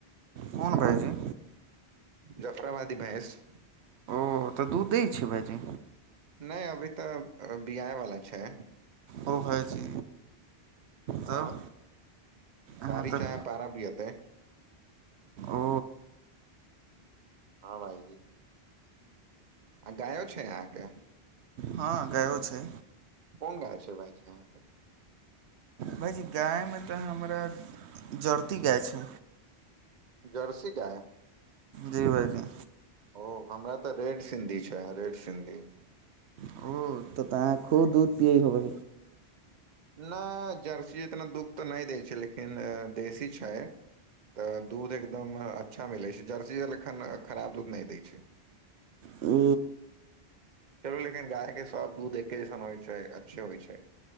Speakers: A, on the right; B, on the right.
A: कोन भाईजी
B: जफराबादी भैंस
A: ओ तऽ दूध दै छै भायजी
B: नहि अभी तऽ बिआ वाला छै
A: ओ भाइजी
B: हँ
A: तब अहाँ
B: पारी
A: तऽ
B: चाहे पारा बिएतै
A: ओ
B: हँ भाइजी आ गायो छै अहाँके
A: हँ गायों छै
B: कोन गाय छै भायजी अहाँके
A: भायजी गायमे तऽ हमरा जरती गाय छै
B: जर्सी गाय
A: जी भाइजी
B: ओ हमरा तऽ रेड सिन्धी छै रेड सिन्धी
A: ओ तऽ त अहाँ खूब दूध पियएै होबै
B: नहि जर्सी इतना दुध तऽ नहि दै छै लेकिन देशी छै तऽ दूध एकदम अच्छा मिले छै जर्सी जन एखन खराब दूध न नहि दै छै
A: ओ
B: चलू लेकिन गाय के सभ दूध एके जइसन होइ छै अच्छे होइ छै